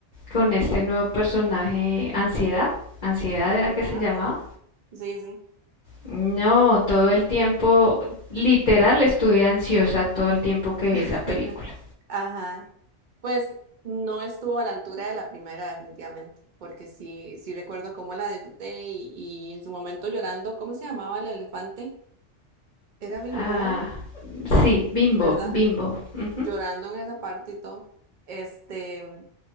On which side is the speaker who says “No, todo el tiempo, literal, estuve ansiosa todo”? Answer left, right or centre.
Left